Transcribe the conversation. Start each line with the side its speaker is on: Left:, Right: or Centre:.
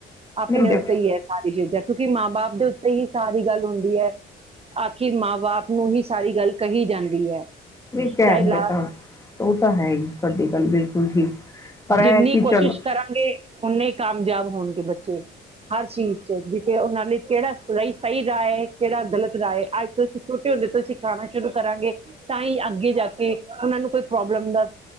Right: ਆਪਣੇ
Left: ਨਹੀਂ ਦੇ
Right: ਉੱਤੇ ਹੀ ਹੈ ਸਾਰੀ ਚੀਜਾਂ ਕਿਉਂਕਿ ਮਾਂ ਬਾਪ ਦੇ ਉੱਤੇ ਹੀ ਸਾਰੀ ਗੱਲ ਹੁੰਦੀ ਐ। <unintelligible> ਕਿ ਮਾਂ ਬਾਪ ਨੂੰ ਹੀ ਸਾਰੀ ਗੱਲ ਕਹੀ ਜਾਂਦੀ ਐ।
Left: ਨਹੀਂ ਕਹਿਣ
Right: ਚਾਏ ਲਾਸ
Left: ਦੇ ਤਾਂ ਉਹ ਤਾਂ ਹੈ ਈ, ਤੁਹਾਡੀ ਗੱਲ ਬਿਲਕੁਲ ਠੀਕ। ਪਰ
Right: ਜਿੰਨੀ
Left: ਇਹ ਕਿ
Right: ਕੋਸ਼ਿਸ਼
Left: ਚਲੋ
Right: ਕਰਾਂਗੇ ਓੰਨੇ ਈ ਕਾਮਜਾਬ ਹੋਣਗੇ ਬੱਚੇ‍। ਹਰ ਚੀਜ਼ ਚ ਦੀ ਤੇ ਉਹਨਾਂ ਲਈ ਕਿਹੜਾ ਸਰਈ ਸਈ ਰਾਅ ਐ, ਕਿਹੜਾ ਗਲਤ ਰਾਅ ਐ। ਅੱਜ ਤੋਂ ਅਸੀਂ ਛੋਟੇ ਹੁੰਦ ਫਿਰ ਤੋਂ ਸਿਖਾਣਾ ਸ਼ੁਰੂ ਕਰਾਂਗੇ ਤਾਂ ਈ ਅੱਗੇ ਜਾ ਕੇ ਉਹਨਾਂ ਨੂੰ ਕੋਈ ਪ੍ਰੋਬਲਮ ਦਾ